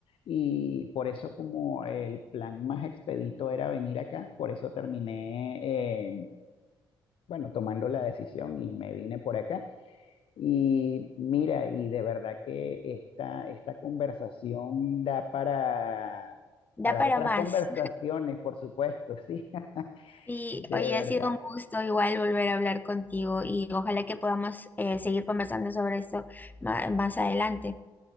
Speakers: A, on the left; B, on the left.
A: Y por eso como el plan más expedito era venir acá, por eso terminé, eh, bueno, tomando la decisión y me vine por acá. Y mira, y de verdad que esta, esta conversación da para,
B: Da
A: para
B: para
A: otras
B: más.
A: conversaciones, por supuesto, sí, <laughs>
B: Y
A: de
B: hoy
A: verdad.
B: ha sido un gusto igual volver a hablar contigo y ojalá que podamos eh, seguir conversando sobre esto ma- más adelante.